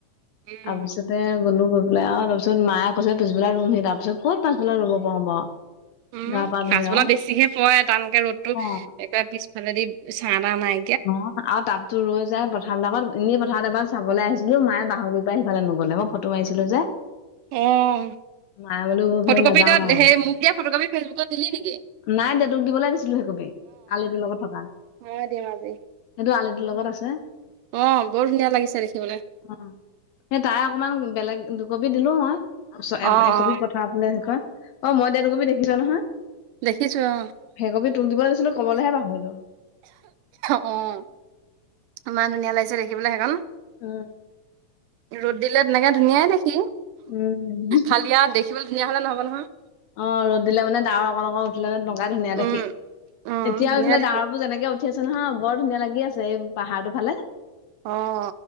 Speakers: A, on the right; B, on the left.
A: উম
B: তাৰপিছ তে গলো গৈ পেলাই আৰু অঁ তাৰপিছত মায়ে কৈছে পিছবেলা ৰুমহি তাৰপিছত ক'ত পাছবেলা ৰুব পাও বাৰু।
A: উম
B: গা পা ধুই
A: পাছবেলা
B: আৰু
A: বেছিহে পৰে তানকে ৰ'দতো
B: অ
A: একে পিছফালেদি চাঁ তাঁ নাই।
B: অহ আৰু তাবতো ৰৈ যায় পথাৰ বিলাকত এনেই পথাৰত এবাৰ চাবলৈ আহিছিলো মায়ে বাহৰ বাহনিৰ পৰা সিফালে নগলে। মই ফটো মাৰিছিলো যে।
A: উম,
B: মায়ে বোলো এইফালে
A: ফটোকপি
B: নাযাও
A: তোই
B: আৰু
A: সেই মোক দিয়া ফটোকাপি ফেচবুকত দিলি নেকি?
B: নাই দিয়া তোক দিবলৈ দিছিলো সেইকপি আলিটোৰ লগত থকা।
A: আহ দিম আজি।
B: সেইটো আলিটোৰ লগত আছে।
A: অঁহ বৰ ধুনীয়া লাগিছে দেখিবলৈ।
B: অ সেই তাই অকমান বেলেগ দুকপি দিলো মই তাৰপিছত
A: অ
B: একপি
A: অ
B: পঠাই তাৰফালে কি কয় অ মই দিয়া দুকপি দেখিছ নহয়?
A: দেখিছো অ
B: সেই কপি তোক দিব লৈছিলো কবলৈহে পাহৰিলো।
A: অহ। ইমান ধুনীয়া লাগিছে দেখিবলৈ সেইকন।
B: উম।
A: ৰ'দ দিলে তেনেকে ধুনীয়াই দেখি,
B: উম
A: খালি আৰু দেখিবলৈ ধুনীয়া হলে নহব নহয়।
B: অঁ ৰ'দ দিলে মানে ডাৱৰ অকন অকন উঠিলে মানে লগাই ধুনীয়া
A: উম,
B: দেখি,
A: উম,
B: এতিয়াও
A: ধুনীয়া
B: এইফালে
A: দেখি
B: ডাৱৰ বোৰ যেনেকে উ ঠি আছে নহয় বৰ ধুনীয়া লাগি আছে, এই পাহাৰটো ফালে।
A: অহ